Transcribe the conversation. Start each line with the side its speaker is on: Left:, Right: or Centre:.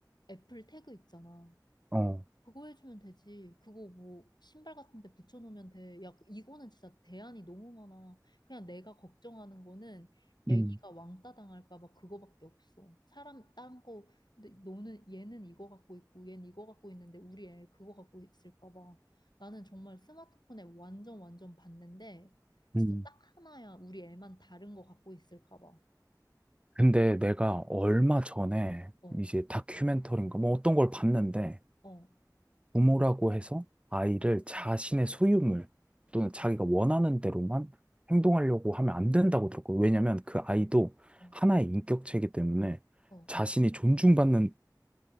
Left: 애플 태그 있잖아.
Right: 어.
Left: 그거 해주면 되지. 그거 뭐 신발 같은 데 붙여놓으면 돼. 야, 이거는 진짜 대안이 너무 많아. 그냥 내가 걱정하는 거는 애기가
Right: 음,
Left: 왕따 당할까 봐 그거밖에 없어. 사람 딴 거, 근데 너는 얘는 이거 갖고 있고 얘는 이거 갖고 있는데 우리 애 그거 갖고 있을까 봐. 나는 정말 스마트폰에 완전 완전 봤는데 진짜
Right: 음,
Left: 딱 하나야 우리 애만 다른 거 갖고 있을까 봐.
Right: 근데 내가 얼마 전에
Left: 어,
Right: 이제 다큐멘터리인가 뭐 어떤 걸 봤는데
Left: 어,
Right: 부모라고 해서 아이를 자신의 소유물 또는 자기가 원하는 대로만 행동하려고 하면 안 된다고 들었고 왜냐면 그 아이도
Left: 어,
Right: 하나의 인격체이기 때문에
Left: 어.
Right: 자신이 존중받는다는